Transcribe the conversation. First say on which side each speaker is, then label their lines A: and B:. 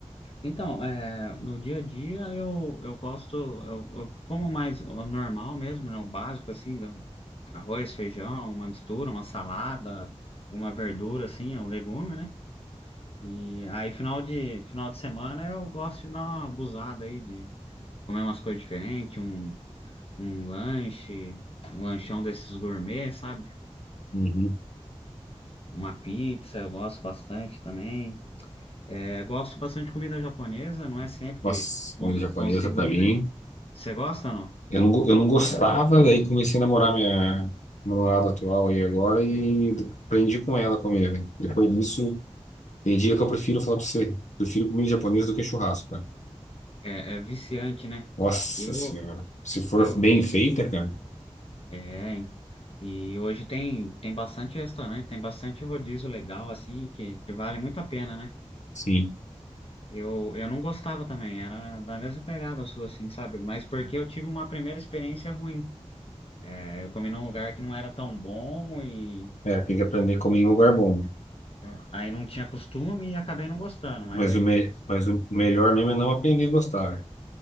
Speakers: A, on the left (about 55°); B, on the left (about 85°).
A: Então, é, no dia a dia eu, eu gosto, eu, eu como mais o normal mesmo, né, o básico assim, da- arroz, feijão, uma mistura, uma salada, uma verdura assim, um legume, né? E aí final de final de semana eu gosto de dar uma abusada aí de comer umas coisas diferentes, um, um lanche, um lanchão desses gourmet, sabe?
B: Uhum.
A: Uma pizza, eu gosto bastante também. É, gosto bastante de comida japonesa, não é sempre que
B: Nossa,
A: cons-
B: comida japonesa
A: consigo
B: pra
A: ir,
B: mim.
A: né? Você gosta ou não?
B: Eu não, go- eu não gostava, daí comecei a namorar minha namorada atual aí agora e aprendi com ela a comer, velho. Depois disso, tem dia que eu prefiro falar pra você, prefiro comida japonesa do que churrasco, cara.
A: É, é viciante, né?
B: Nossa
A: Eu,
B: senhora. Se for
A: eu,
B: bem feita, cara.
A: é. E hoje tem, tem bastante restaurante, tem bastante rodízio legal, assim, que, que vale muito a pena, né?
B: Sim.
A: Eu, eu não gostava também, era da mesma pegada sua, assim, sabe? Mas porque eu tive uma primeira experiência ruim. É, eu comi num lugar que não era tão bom e
B: É, tem que aprender a comer em lugar bom.
A: é, aí não tinha costume e acabei não gostando, mas
B: Mas
A: aí.
B: o, me... Mas o melhor mesmo é não aprender a gostar,